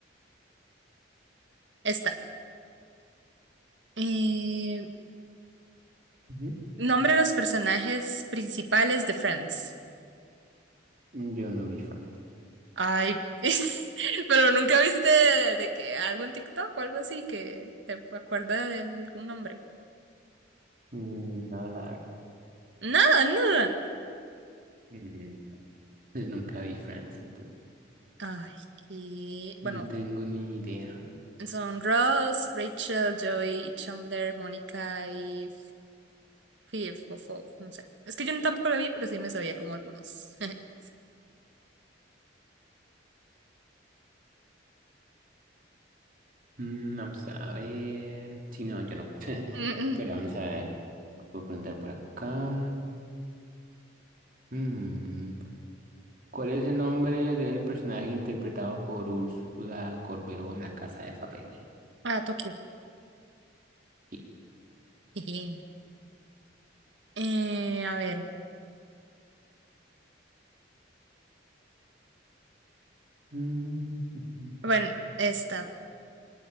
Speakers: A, on the right; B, on the right.
A: esta. eh,
B: ujú.
A: Nombre los personajes principales de Friends.
B: Yo no vi Friends.
A: Ay, <laughs> pero nunca viste de, de que algún TikTok o algo así que te acuerda de algún nombre.
B: Mm, No, la verdad.
A: Nada, nada.
B: Mm, <laughs> Nunca vi Friends, entonces
A: Ay, y bueno,
B: no tengo ni idea.
A: son Ross, Rachel, Joey, Chandler, Mónica y Phoebe, o Pho- no sé. Es que yo no- tampoco la vi, pero sí me sabía como algunos. <laughs>
B: Mm, vamos a ver. Sí, no, yo no. <laughs>
A: Mm, mm.
B: Pero vamos a ver. Puedo preguntar por acá. Mm, ¿Cuál es el nombre del personaje interpretado por Úrsula Corberó en La Casa de Papel?
A: Ah, Tokio.
B: Sí.
A: <laughs> Jeje. Eh, a ver,
B: Mm, ujú.
A: bueno, esta.